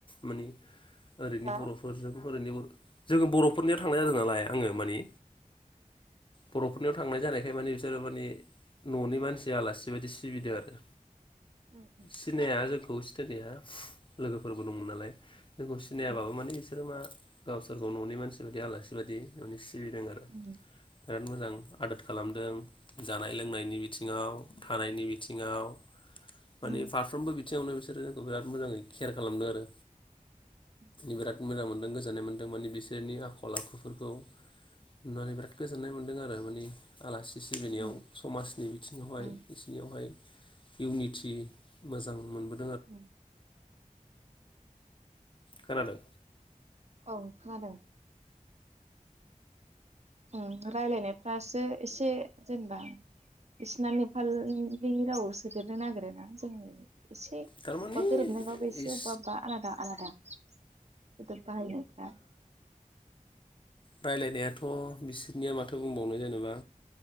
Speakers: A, on the left (about 35°); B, on the right (about 55°).
A: माने ओरैनि
B: हा
A: बरफोरजों हरैनिबो जोङो बरफ फुरनियाव थांनाय जादों नालाय आङो माने बरफोरनियाव थांनाय जानायखाय माने बिसोरो माने ननि मानसिया आलासि बायदि सिबिदों आरो।
B: उम
A: सिनाया जोंखौ सिथ जेहा लोगोफोरबो
B: उम
A: दंमोन नालाय जोंखौ सिनायाबाबो
B: उम
A: माने बिसोरो मा गावसोरखौ ननि मानसि बायदि आलासि बायदि ननि सि सिबिदों आरो
B: उम
A: बिराद मोजां आदोद खालामदों। जानाय लोंनायनि बिथिङाव थानायनि बिथिङाव। माने
B: उम
A: फारफ्रोमबो बिथिङावनो बिसो बिसोरो जोंखौ बिराद मोजाङै केयार खालामदों आरो।
B: उम
A: बिराद मोजां मोनदों गोस गोजोननाय मोनदों माने बिसोरनि आखल आखुफोरखौ नुनानै बिराद गोजोन्नाय मोन्दों आरो माने आलासि सिबिनायाव
B: उम
A: समाजनि बिथिङावहाय
B: उम
A: बिसोरनियावहाय इउनिटि मोजां मोनबोद
B: उम।
A: खोनादों।
B: औ खोनादों। उम राय्लायनायफ्रासो एसे जेनेबा बिसिना नेपालनि रावाव सोदेरनो नागिर ना जोंनि बिदि एसे
A: थारमानि
B: अबबा गोरोबनायबाबो एसे
A: इस
B: अबबा अबबा आलादा आलादा। सोदोब बाहायनायफ्रा।
A: रायलाय नायाथ बिसोरनिया माथो बुंबावनो जेनेबा